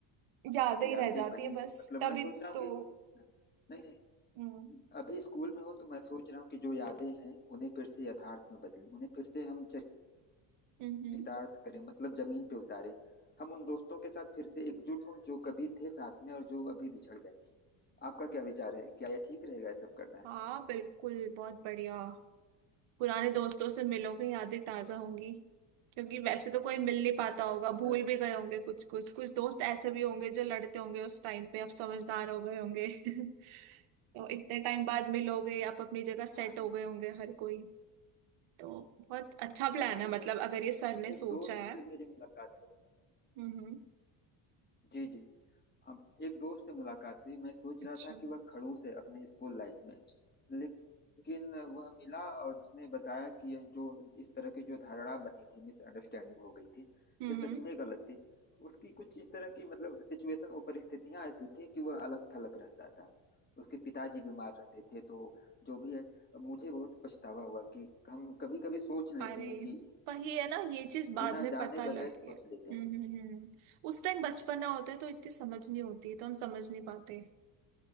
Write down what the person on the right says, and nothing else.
यादें
ही रह जाती
है बस
तभी
तो
हम्म,
हम्म
हाँ बिल्कुल बहुत बढ़िया पुराने दोस्तों से मिलोगे यादें ताजा होंगी क्योंकि वैसे तो कोई मिल नहीं पाता होगा भूल
भी गए होंगे कुछ कुछ कुछ दोस्त ऐसे भी होंगे जो लड़ते होंगे उस टाइम पे अब समझदार हो गए होंगे <laughs> तो इतने टाइम बाद मिलोगे आप अपनी जगह सेट
हो गए होंगे हर कोई तो बहुत अच्छा प्लान
है मतलब
अगर ये सर
ने सोचा
है
हम्म हम्म
अच्छा
हम्म
अरे
वही है ना ये चीज बाद
में पता
लगी
है
हम्म
हम्म हम्म। हम्म। उस टाइम बचपना होता है तो इतनी समझ नहीं होती तो हम समझ नहीं पाते